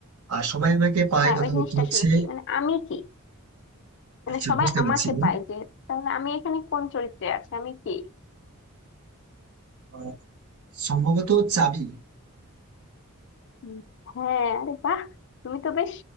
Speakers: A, on the right (about 85°); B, on the left (about 55°).
A: আর সবাই আমাকে পায়
B: হ্যাঁ
A: কথা
B: ওই জিনিসটা
A: হচ্ছে
B: আসলে কি মানে আমি কি মানে
A: আচ্ছা
B: সবাই
A: বুঝতে
B: আমাকে
A: পারছি আমি।
B: পায় যে তাহলে আমি এখানে কোন চরিত্রে আছি আমি কি
A: আহ, সম্ভবত চাবি
B: হুম, হ্যাঁ আরে বাহ তুমি তো বেশ